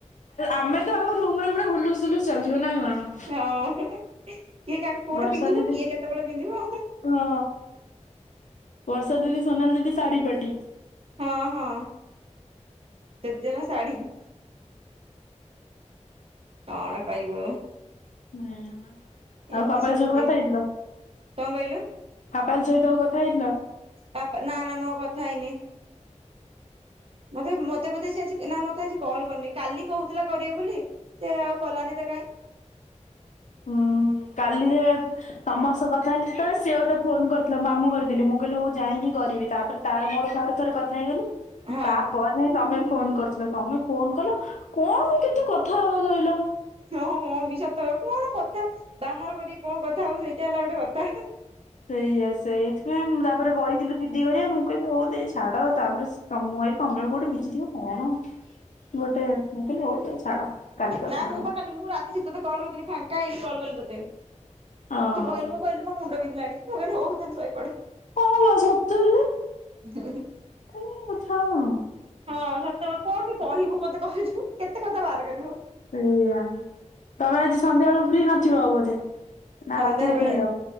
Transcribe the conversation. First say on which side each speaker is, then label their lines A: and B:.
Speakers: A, on the left; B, on the right.
A: ଆମେ ତ ଆମ ରୁମ ରେ ପୁରା ହୁଲୁସୁଲୁ ଚାଲିଥିବ ନା କଣ।
B: ହଁ କିଏ କା କୋଉଟା
A: ବର୍ଷା
B: ପିନ୍ଧିବ
A: ଦିଦି
B: କିଏ କେତେବେଳେ ପିନ୍ଧିବ।
A: ହଁ ବର୍ଷା ଦିଦି ସୋନାଲି ଦିଦି ଶାଢ଼ୀ ପାଟି।
B: ହଁ ହଁ ସେ ଦିଜଣ ଶାଢ଼ୀ। କଣ କଇବ।
A: <inaudible>
B: ଏମିତି
A: ଆଉ ପାପାଲ
B: ସବୁ
A: ସହିତ
B: ଦିନ
A: କଥା ହେଇଥିଲ
B: କଣ କହିଲୁ
A: ପାପାଲ ସହିତ ଆଉ କଥା ହେଇଥିଲ।
B: ବାପା ନା ନା ମୋ ଆଉ କଥା ହେଇନି ମତେ ମତେ ବୋଧେ ସେ ଆଜି ନା ମତେ ଆଜି କଲ୍ କରିନି କାଲି କହୁଥିଲା କରିବ ବୋଲି ସେ ଆଉ କଲାନି ତ କାଇଁ
A: ହୁଁ କାଲି ଯେ ତମସ୍ତ କଥା ହେଲିଯେତେବେଳେ ସିଏ ମୋତେ ଫୋନ କରି ମାମୁଁ କରିଥିଲି ମୁଁ କହିଲି ହଉ ଯାଇକି କରିବି ତାପରେ ତାର ମୋର ଥରେ ଥରେ କଥା ହେଇଗଲୁ
B: ହଁ
A: ତାପରେ ନାଇଁ ତମେ ଫୋନ କରୁଥିଲ ତମେ ଫୋନ କଲ କଣ କେତେ କଥା ହବା କହିଲ
B: ହଁ ହଁ ମୋ ବି ସତ କଣ କଥା ବାହାର କରିକି କଣ କଥା ହବ ସେଇଟା ହେଲା ଗୋଟେ କଥା
A: ସେଇଆ ସେଇଥିପାଇଁ ତାପରେ ବଇଥିଲୁ ଦିଦି ହରିଆ ମୁଁ କହି ହଉତେଚେ ଛାଡ ତାପରେ ତ ମୁଁଇ ତମେ ବି କୋଉଠି ଭିଜିଥିବ କଣ ଗୋଟେ ମୁକହିଲି ହଉ ଦେ ଛାଡ କାଲି କଥା
B: ନାଇଁ
A: ହବା
B: ମୁଁ ପାଖାଲି ମୁଁ ରାତି ଶୀ ତେ କଲ୍ କରିଥିଲି ଫାଙ୍କା ହେଇକି କଲ୍ କଲି ତୋତେ
A: ହଁ
B: ତୁ କହିଲୁ ମୋ କହିଲୁ ମୋ ମୁଣ୍ଡ ବିନ୍ଧିଲାଣି ମୁଁ କହିଲି ହଉ ତୁ ଶୋଇପଡ
A: ହ ସତରେ
B: ଦ ହିଁ <unintelligible>
A: କାଲି କଥା ହବା
B: ହଁ ସେତେବେଳେ କଣ ବି କହିବୁ ମତେ କହିଛୁ କେତେ କଥା ବାହାର କରିବ
A: ସେଇଆ ତମେ ଆଜି ସନ୍ଧ୍ୟା ବେଳକୁ ଫ୍ରି ନଥିବ ଆଉ ବୋଧେ ନା
B: ସନ୍ଧ୍ୟା
A: ରାତିରେ
B: ବେଳେ
A: ଫ୍ରି ହବ